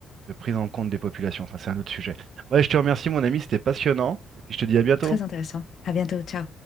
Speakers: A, on the right; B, on the left.
A: de prise en compte des populations. Enfin, c'est un autre sujet. Ouais, je te remercie, mon ami, c'était passionnant. Et puis, je te dis à bientôt.
B: Très intéressant. À bientôt. Ciao.